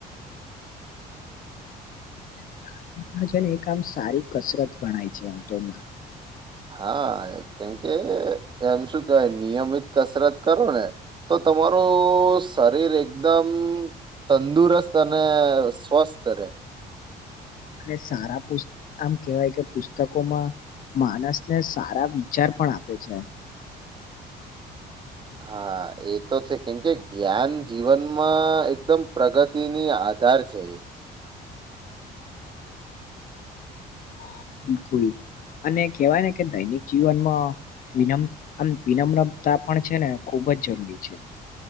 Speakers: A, on the left (about 55°); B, on the right (about 30°).
A: <inaudible> ચાલ પણ છે ને એક આામ સારી કસરત ગણાય છે વા તોમાં
B: હા કેમકે એમ શું કહેવાય નિયમિત કસરત કરો ને તો તમારું શરીર એકદમ તંદુરસ્ત અને સ્વસ્થ રે.
A: અને સારા પુત આમ કેવાય કે પુસ્તકોમાં માણસને સારા વિચાર પણ આપે છે.
B: હા એ તો છે કેમ કે જ્ઞાન જીવનમાં એકદમ પ્રગતિની આ આધાર છે એ
A: હા બિલકુલ અને કેવાય ને કે દૈનિક જીવનમાં વિનમ વિનમ્રતા પણ છે ને ખૂબ જ જરૂરી છે.